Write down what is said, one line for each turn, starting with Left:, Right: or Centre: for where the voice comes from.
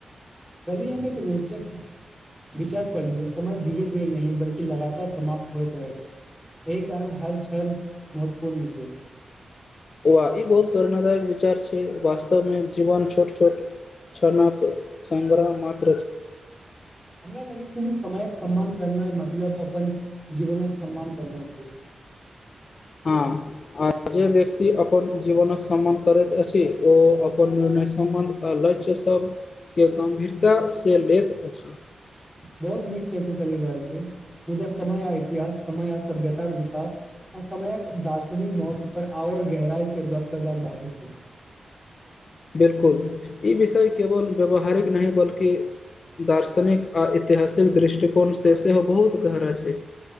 Centre: कल्हि हम एक रोचक। विचार कर लियौ समय धीरे धीरे नहि बल्कि लगातार समाप्त होइत अछि। एहि कारण हर क्षण महत्वपूर्ण छै
Left: बौआ ई बहुत प्रेरणादायक विचार छै वास्तवमे जीवन छोट - छोट। छनक संग्रह मत।
Centre: हमरा लगैत छै जे समयक। सम्मान करनाई मतलब अपन जीवनक सम्मान करनाई छै
Left: हाँ आ जे व्यक्ति अपन जीवनक। सम्मान करैत अछि ओ अपन निर्णय सम्बन्ध आ लक्ष्य सब। के गम्भीरता से लैत अछि।
Centre: बहुत नीक छै जे चलि रहल छै मुदा समय आ इतिहास समय आ सभ्यताक विकास। आ समयक दार्शनिक महत्व पर आओर गहराई से गप्प करबाक बाकी छै <inaudible>
Left: बिल्कुल ई विषय केवल व्यवहारिक नहि बल्कि। दार्शनिक आ ऐतिहासिक दृष्टिकोण से सेहो बहुत। गहरा छै